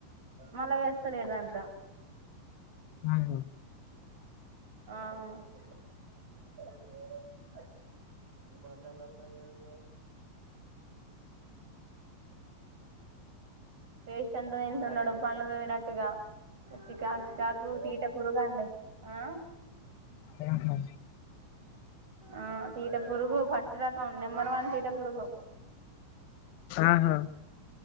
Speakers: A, on the right; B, on the left.
A: మళ్ళా చేస్తాడలేడు దాంట్లో
B: ఉమ్ హు
A: ఆ వేస్ట్ అంద్రేం న్నాడు పనులు తనట్టుగా చికా చికాకు తీట పురుగు ఆ
B: ఆహా
A: ఆ తీట పురుగు ఫస్ట్ కం నెంబర్ వన్ తీట పురుగు
B: ఆహా!